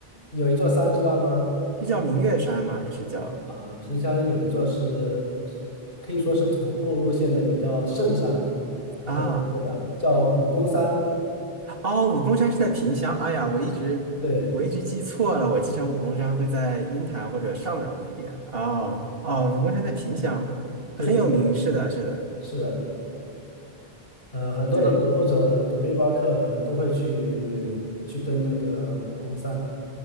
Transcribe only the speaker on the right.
是叫明月山吗？还是叫
啊？
哦，武功山是在萍乡。哎呀，我一直我一直记错了，
我记成武功山会在鹰潭或者上饶那边。哦哦，武功山在萍乡，
很有名。是的，是的，
对